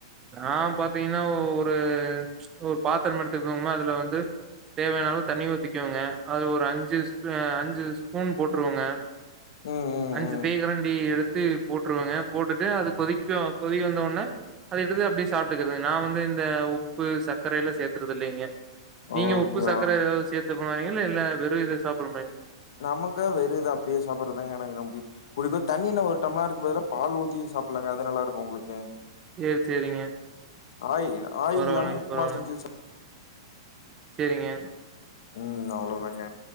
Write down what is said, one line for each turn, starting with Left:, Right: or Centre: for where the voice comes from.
Right: நா பாத்தீங்ன்னா ஒரு ஒரு பாத்தரம் எடுத்துக்கோமா அதுல வந்து தேவைனாலு தண்ணி ஊத்திக்குவேங்க அதுல ஒரு அஞ்சு ஸ்பூ அ அஞ்சு ஸ்பூன் போட்டுருவேங்க
Left: ம் ம்
Right: அஞ்சு
Left: ம்
Right: தேக்கரண்டி எடுத்து போட்டுருவங்க போட்டுட்டு அது கொதிக்கு கொதிக்க வந்த ஒட்னே அது எடுத்து அப்டியே சாப்புட்டுக்கிறதுங்க நா வந்து இந்த உப்பு சக்கரை எல்லா சேத் க்குறதில்லைங்க நீங்க
Left: ஓகே
Right: உப்பு சக்கர
Left: ஓ
Right: ஏதாது சேத்து <unintelligible> இல்ல வெறு இத சாப்புடுற மாரி
Left: நமக்கு வெறு இத அப்டியே சாப்புடுறதாங்க எனக்கு ரொம்ப புடிக்கு தண்ணி என்ன ஒரு டம்லர் இருக்கு பதுலா பால் ஊத்தியு சாப்பிடலாங்க அது நல்லா இருக்கு உங்களுக்கு
Right: சேர் சேரிங்க
Left: ஆயி ஆயில்
Right: பரவாயில்லைங்க
Left: இல்லாம உப்மா
Right: பரவாயில்லைங்க
Left: செஞ்சு சா
Right: சேரிங்க
Left: ம் அவ்ளோதாங்க